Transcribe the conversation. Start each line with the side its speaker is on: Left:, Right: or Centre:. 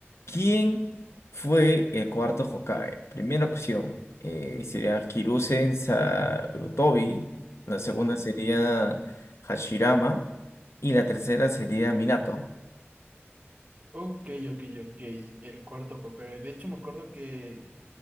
Left: ¿Quién fue el cuarto Hokage? Primera opción eh, sería Hiruzen Sarutobi. La segunda
Right: Ya.
Left: sería Hashirama. Y la tercera sería Minato.
Right: Ok, ok, ok. El cuarto Hokage. De hecho, me acuerdo que